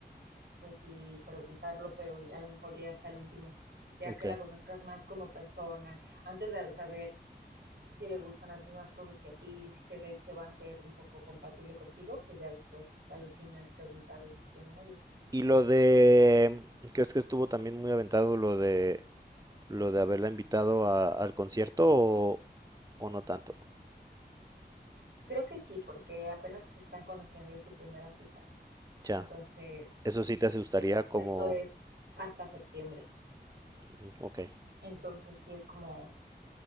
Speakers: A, on the right (about 75°); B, on the right (about 20°).
A: pues sí, preguntarlo, pero a lo mejor ya hasta el último, ya
B: Ok.
A: que la conozcas más como persona, antes de saber si le gustan las mismas cosas que a ti, si crees que va a ser un poco compatible contigo, pues ya después al final preguntarle si tiene novio.
B: Y lo de, ¿crees que estuvo también muy aventado lo de lo de haberla invitado a- al concierto o, o no tanto?
A: Creo que sí, porque apenas se están conociendo y es su primera cita.
B: Ya,
A: Entonces,
B: eso sí te asustaría
A: el
B: como,
A: cierto es hasta septiembre.
B: mm, ok,
A: Entonces, sí es como,